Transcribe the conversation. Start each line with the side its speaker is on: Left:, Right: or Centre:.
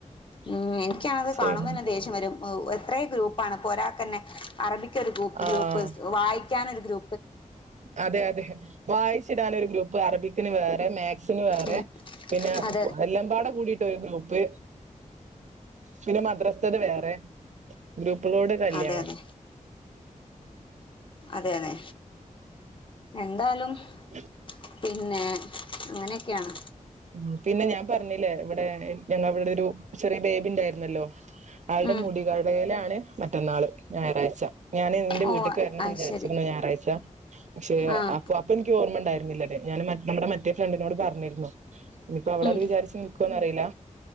Left: ഉം എനിക്കണത്
Right: ചെയ്യണം
Left: കാണുമ്പോന്നെ ദേഷ്യം വരും. എത്രയും ഗ്രൂപ്പാണ് ഇപ്പൊ ഒരാക്കന്നെ അറബി പ്പ്
Right: ആഹ്
Left: വായി ക്കാൻ ഒരു ഗ്രൂ
Right: അതെ അതെ വായിച്ചിടാന് ഒരു ഗ്രൂപ്പ് അറബിക് ന് വേറെ ന് വേറെ
Left: ഉം
Right: പിന്നെ
Left: അതെ
Right: എല്ലമ്പാടെ കൂടിട്ട ഒരു ഗ്രൂപ്പ്. പിന്നെ മദ്രാസത്ത് വേറെ ഗ്ര <unintelligible> കല്യാണം.
Left: അതെ അതെ അതെ അതെ അതെ എന്താലും
Right: ഉം <unintelligible>
Left: പിന്നെ അങ്ങനെയൊക്കെയാണ്
Right: ഉം പിന്നെ ഞാൻ പറഞ്ഞില്ലേ ഇവിടെ ഞങ്ങ ഇവിടെ ഒരു ചെറിയ ബേബി ഉണ്ടായിരുന്നല്ലോ ആളുടെ
Left: ഉം
Right: മുടികടയില ആണ് മറ്റന്നാള് ഞായറാഴ്ച ഞാന് നിന്റെ
Left: ഓ
Right: വീട്ടേക്ക് വരണ എന്ന്
Left: അത്
Right: വിചാരിച്ചിരുന്നു
Left: ശരി
Right: ഞായറാഴ്ച പക്ഷെ
Left: ആഹ്
Right: അപ്പൊ അപ്പ എനിക്ക് ഓമ്മ ഉണ്ടായിരുന്നില്ലല്ലേ ഞാൻ നമ്മുടെ മറ്റേ ഫ്രണ്ടിനോട് പറഞ്ഞിരുന്നു ഇപ്പ അവളത്
Left: ഉം
Right: വിചാരിച്ച് നിക്കും ന്ന അറിയില്ല